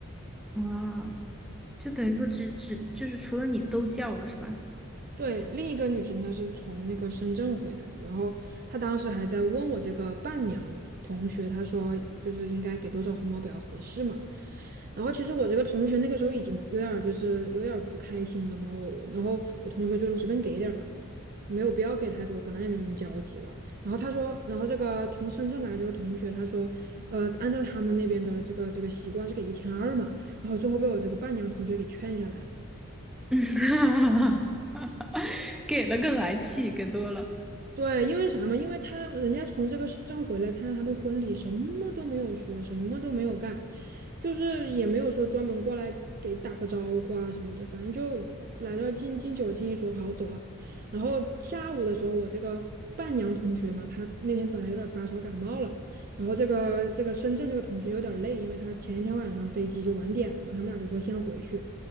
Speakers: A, in the centre; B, on the right.
A: 啊，就等于说只只就是除了你都叫了是吧？
B: 对，另一个女生她是从那个深圳回来的，然后她当时还在问我这个伴娘同学，她说就是应该给多少红包比较合适嘛。然后其实我这个同学那个时候已经有点儿就是有点儿不开心了嘛，我然后我同学就是随便给一点儿吧，没有必要给太多，本来也没什么交集了。然后他说，然后这个从深圳来这个同学，他说，呃，按照他们那边的这个这个习惯是给一千二嘛，然后最后被我这个伴娘同学给劝下来了。
A: <laughs> 嗯，给了更来气，给多了。
B: 对，因为啥嘛？因为他人家从这个深圳回来参加他的婚礼，什么都没有说，什么都没有干，就是也没有说专门过来给打个招呼啊什么的，反正就来这儿敬敬酒敬一桌，好走了。然后下午的时候，我这个伴娘同学嘛，她那天本来有点发烧感冒了，然后这个这个深圳这个同学有点累，因为她前一天晚上飞机就晚点了嘛，他们俩就说先回去。